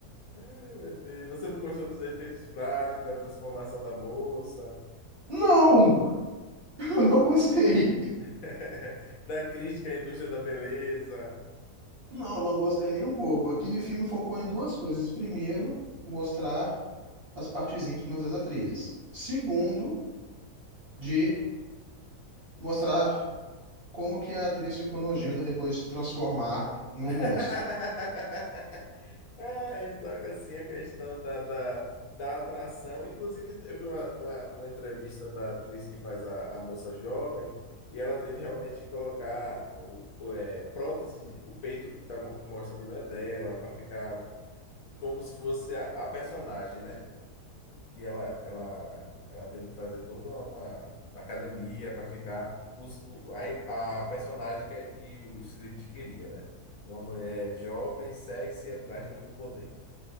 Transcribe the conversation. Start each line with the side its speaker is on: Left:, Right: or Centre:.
Left: Ai, meu Deus. Você não gostou dos efeitos práticos, da transformação da moça,
Right: Não, <laughs> eu não gostei.
Left: <laughs> da crítica à indústria da beleza?
Right: Não, não gostei nem um pouco. Aquele filme focou em duas coisas. Primeiro, mostrar as partes íntimas das atrizes. Segundo, de mostrar como que a atriz ficou nojenta depois de se transformar em um
Left: <laughs>
Right: monstro.
Left: Ah, ele toca assim a questão da, da, da atração. Inclusive, eu vi uma, uma, uma entrevista da atriz que faz a, a moça jovem, e ela teve realmente que colocar o, o, é, prótese, de- o peito que, tá, mo- que mostra ali não é dela, para ficar como se fosse a, a personagem, né? Que ela, ela, ela teve que fazer toda uma, academia para ficar os, o, a, a personagem que, que o script queria, né? Uma mulher jovem, sexy, atrás de muito poder.